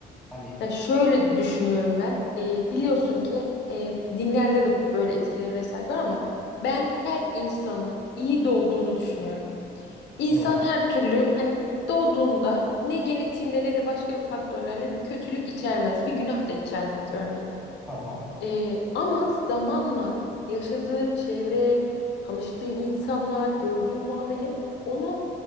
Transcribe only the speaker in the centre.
Hani
hı,
tamam.